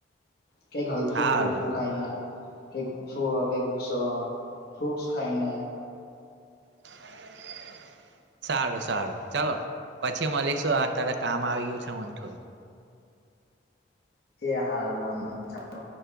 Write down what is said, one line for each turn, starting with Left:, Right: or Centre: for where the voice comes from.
Left: કંઈક હલકો
Right: સારું
Left: ફૂલકો ખાઈને. કઈક સ કઈક સઅ ફ્રૂટ્સ ખાઈને.
Right: <unintelligible> સારું સારું ચાલો, પછી મળીશું અત્યારે કામ આવી ગયું છે મને થોડું.
Left: એ હા હારું વાંધો નહી ચાલો.